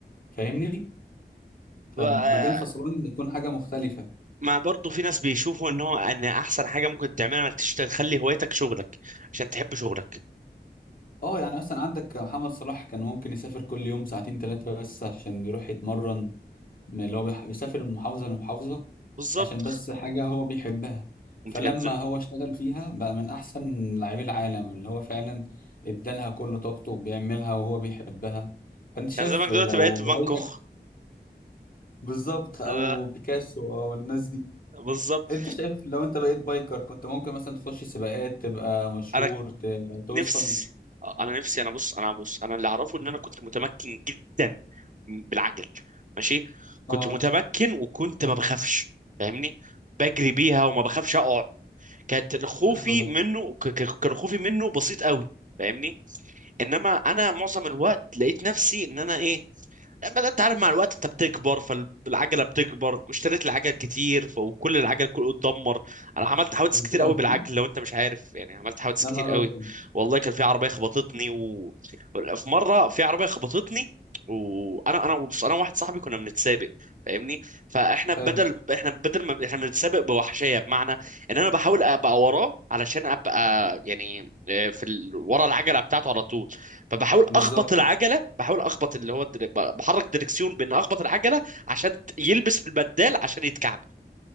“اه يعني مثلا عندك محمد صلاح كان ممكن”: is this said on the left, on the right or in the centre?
Left